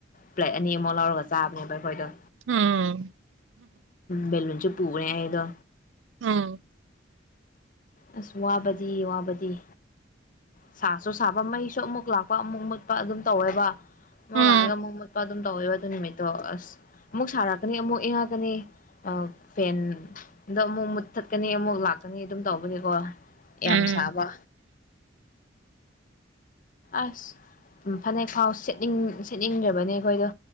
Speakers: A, on the left; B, on the right.
A: ꯄ꯭ꯂꯦꯠ ꯑꯅꯤ ꯑꯃ ꯂꯧꯔꯒ ꯆꯥꯕꯅꯦꯕ ꯑꯩꯈꯣꯏꯗꯣ
B: ꯎꯝ
A: ꯕꯦꯂꯨꯟ ꯁꯨ ꯄꯨꯑꯦ ꯑꯩꯗꯣ
B: ꯎꯝ
A: ꯑꯁ ꯋꯥꯕꯗꯤ ꯋꯥꯕꯗꯤ ꯁꯥꯁꯨ ꯁꯥꯕ ꯃꯩꯁꯨ ꯑꯃꯨꯛ ꯂꯥꯛꯄ ꯑꯃꯨꯛ ꯃꯨꯠꯄ ꯑꯗꯨꯝ ꯇꯧꯋꯦꯕ ꯃꯨꯛ
B: ꯎꯝ
A: ꯂꯥꯛꯑꯒ ꯑꯃꯨꯛ ꯃꯨꯠꯄ ꯑꯗꯨꯝ ꯇꯧꯋꯦꯕ ꯑꯗꯨ ꯅꯨꯃꯤꯠꯇꯣ ꯑꯁ ꯑꯃꯨꯛ ꯁꯥꯔꯛꯀꯅꯤ ꯑꯃꯨꯛ ꯏꯪꯉꯛꯀꯅꯤ ꯐꯦꯟꯗ ꯑꯃꯨꯛ ꯃꯨꯠꯊꯠꯀꯅꯤ ꯑꯃꯨꯛ ꯂꯥꯛꯀꯅꯤ ꯑꯗꯨꯝ ꯇꯧꯕꯅꯤꯀꯣ ꯌꯥꯝ
B: ꯎꯝ
A: ꯁꯥꯕ ꯑꯁ ꯎꯝ ꯐꯅꯦꯛ ꯐꯥꯎ ꯁꯦꯠꯅꯤꯡ ꯁꯦꯠꯅꯤꯡꯗ꯭ꯔꯕꯅꯦ ꯑꯩꯈꯣꯏꯗꯣ